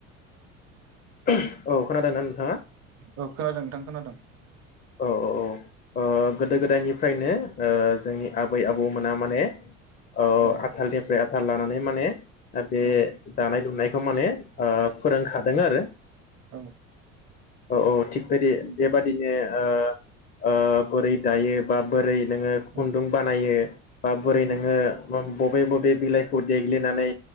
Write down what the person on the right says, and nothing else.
औ खोनादों नोंथां खोनादों
औ
औ
औ
औ
औ